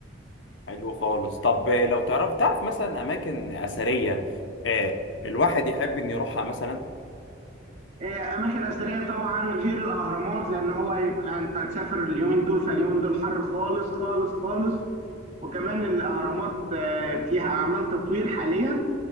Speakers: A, on the left; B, on the right.
A: حلو خالص طب لو تعرف تعرف مثلا اماكن اثريه آه الواحد يحب ان يروحها مثلا
B: إيه، اماكن اثريه طبعا غير الاهرامات لان هو هيبقى انت هتسافر اليومين دول فاليومين دول حر خالص خالص خالص وكمان الاهرامات آه، فيها اعمال تطوير حاليا